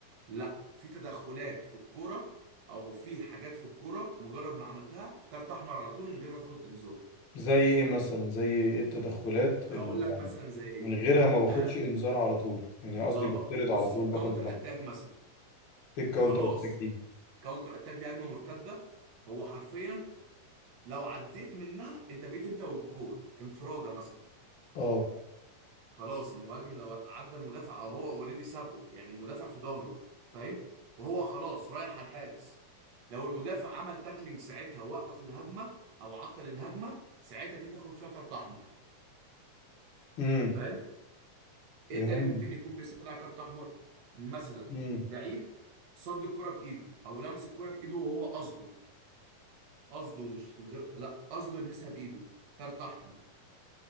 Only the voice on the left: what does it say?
زي ايه مثلا زي ايه التدخلات اللي
يعني
من غيرها ما باخدش
انذار على طول يعني قصدي
بطرد
على طول باخد
اللحظه
ايه الكاونتر
اتاك دي
اه
امم
فهمت
امم